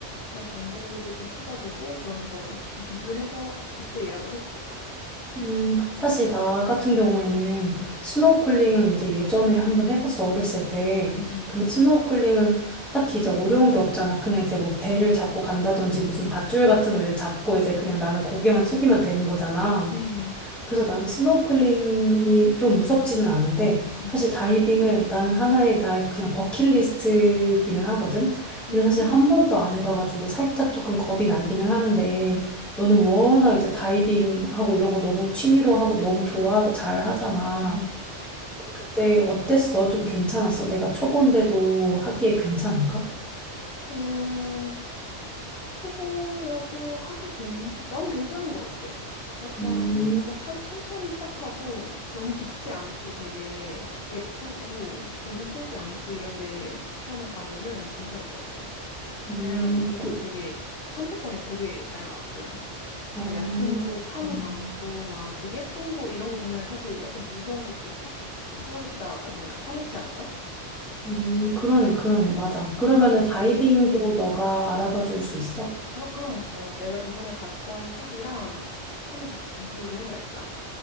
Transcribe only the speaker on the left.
약간 정보도 좀 찾아보고 그러면서 좀 비교해서 그때 예약을 해도 될 것 같아.
응,
응,
응, 응,
응,
응,
응,
응,
응, 응.
응.
어, 초보여도 하기 괜, 나는 괜찮은 것 같아. 약간,
약간 천, 천천히 시작하고 너무 깊지 않고 되게 예쁘고 조류 세지 않고 이런데 처음에 가면은 괜찮은 것 같아.
왜냐면 거기도
되게 선택권이 되게 다양하거든.
그러니까 얕은 곳,
산호 많고 막 되게 예쁜 곳 이런 거 보면 사실 약간 무서운 것도 싹 사라, 나, 아, 뭐냐, 사라지지 않을까?
응.
어, 그럼 그거 내가 저번에 갔던 샵이랑 한번 같이 비교를 해봐야겠다.